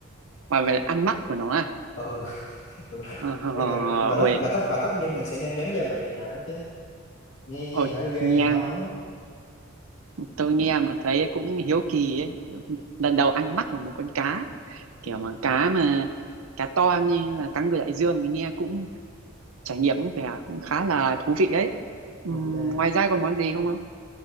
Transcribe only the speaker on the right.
và vậy là ăn mắt của nó à
ờ, hờ, hờ,
ôi
ôi
nghe
tôi nghe mà thấy cũng hiếu kỳ ấy lần đầu ăn mắt của một con cá kiểu
mà cá mà cá to như là cá ngừ đại dương thì nghe cũng trải nghiệm cũng vẻ cũng khá là thú vị ấy
Ừm, ngoài ra còn món gì không không